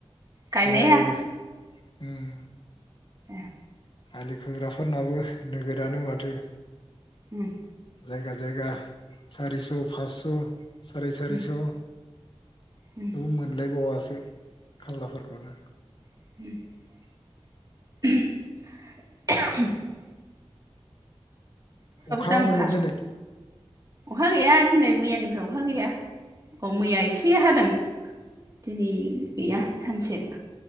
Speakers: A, on the right; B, on the left.
A: गायनाया
B: आरो ओम।
A: ए।
B: आलि खोग्राफोरनाबो नोगोरानो माथो।
A: उम।
B: जायगा जायगा सारिस' फासस'। सारि सारि
A: उम
B: स'।
A: उम
B: रुम मोनलायबावासो। खामलाफोरखौनो।
A: उम <unintelligible>
B: अखा
A: दामखा
B: हादोंमोन दोनै?
A: अखा गैया दिनै मैयानिफ्राय अखा गैया। अ मैया एसे हादों। दिनै गैया सानसे